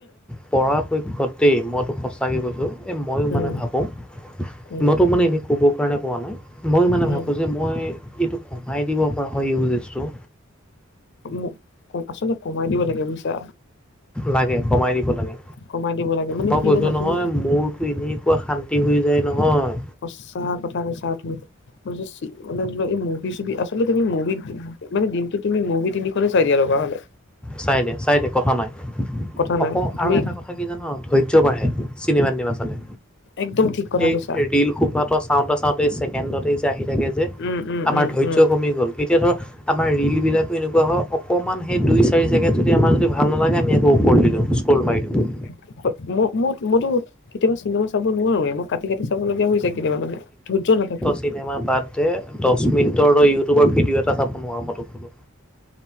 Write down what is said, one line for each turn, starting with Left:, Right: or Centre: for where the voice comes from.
Centre: পৰাপক্ষতেই মইতো সঁচাকৈ কৈছোঁ। এই ময়ো
Left: উম
Centre: মানে ভাবোঁ,
Left: উম
Centre: মইতো মানে এনে ক'ব কাৰণে পোৱা নাই, মই মানে
Left: উম
Centre: ভাবোঁ যে মই এইটো কমাই দিব পৰা হয় ইউজেজটো।
Left: মোক আচলতে কমাই দিব লাগে বুজিছা।
Centre: লাগে, কমাই দিব লাগে।
Left: কমাই দিব লাগে মানে
Centre: মই
Left: কি
Centre: কৈছো
Left: জানা
Centre: নহয়
Left: তুমি
Centre: মোৰতো এনে কুৱা শান্তি হৈ যায় নহয়।
Left: সঁচা কথা কৈছা তুমি। মানে চি মুভি চুভি আচলতে তুমি মুভিত মানে, দিনটোত তুমি মুভি তিনিখনেই চাই দিয়া লগা হলে।
Centre: চাই দে- চাই দে কথা নাই
Left: কথা নাই
Centre: অক,
Left: তুমি
Centre: আৰু এটা কথা কি জান ধৈৰ্য বাঢ়ে। চিনেমাত তিনিমা চালে।
Left: একদম ঠিক কথা
Centre: এই
Left: কৈছা।
Centre: ৰীল সোপাটো চাওঁতে চাওঁতে এই ছে কেণ্ডতে যে আহি থাকে, যে
Left: উম, উম,
Centre: আমাৰ
Left: উম,
Centre: ধৈৰ্য
Left: উম।
Centre: কমি গ'ল। এতিয়া ধৰ আমাৰ ৰিলবিলাকো এনেকুৱা হ অকণমান সেই দুই-চাৰি জেগোত যদি আমাৰ যদি ভাল নালাগে, আমি আকৌ ওপৰলে দি দিওঁ স্কল মাৰি দিওঁ।
Left: হয় মই মই মইতো কেতিয়াবা চিনেমা চাব নোৱাৰোৱে মই কাটি কাটি চাবলগীয়া হৈ যায় কেতিয়াবা মানে ধৈৰ্য নাথাকে।
Centre: চিনেমাহ বাদ দে, দশ মিনিটৰ ইউটিউবৰ ভিডিঅ' এটা চাব নোৱাৰোঁ ফট ফ